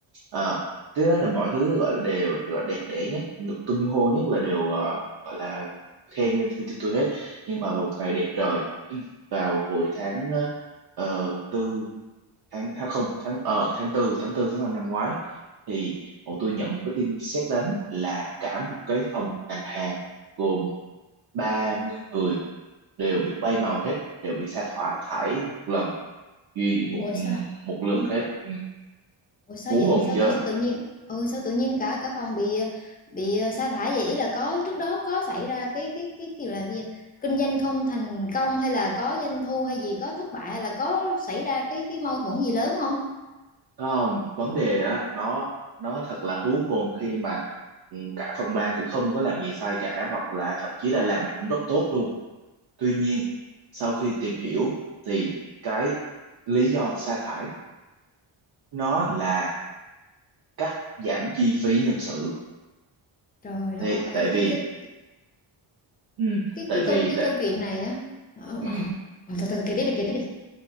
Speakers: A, on the right; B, on the left.
A: ờ cái đó là mọi thứ gọi là đều gọi là đẹp đẽ nhất được tung hô nhất là đều ờ, gọi là khen lên tin tôi hết nhưng mà vào một ngày đẹp trời <clears throat> vào hồi tháng ờ, ờ, tư tháng à không tháng ờ tháng tư tháng tư tháng năm năm ngoái thì bọn tôi nhận một cái tin sét đánh là cả một cái phòng ngành hàng gồm 30 người đều bị bay màu hết đều bị sa thải thải một lần duy một
B: ủa sao
A: một lượt
B: hử?
A: hết ừ.
B: ủa sao
A: hú
B: vậy
A: hồn
B: sao
A: chưa
B: sao, sao tự nhiên ừ sao tự nhiên cả cả phòng bị bị ờ, sa thải vậy ý là có trước đó có xảy ra cái cái cái kiểu là cái gì kinh doanh không thành công hay là có doanh thu hay gì có thất bại hay là có xảy ra cái cái mâu thuẫn gì lớn không
A: không vấn đề á nó nó thật là hú hồn khi mà ừ, cả phòng ban cũng không có làm gì sai cả hoặc là thậm chí là làm cũng rất tốt luôn tuy nhiên sau khi tìm hiểu thì cái lý do sa thải nó là cắt giảm chi phí nhân sự
B: trời đất
A: thì
B: ơi
A: tại
B: ê,
A: vì
B: cái cái
A: ừ,
B: cái
A: tại
B: cái
A: vì
B: câu cái
A: tại
B: câu chuyện này á Ờ,
A: ừ.
B: ờ, ờ, thôi thôi kể tiếp đi kể tiếp đi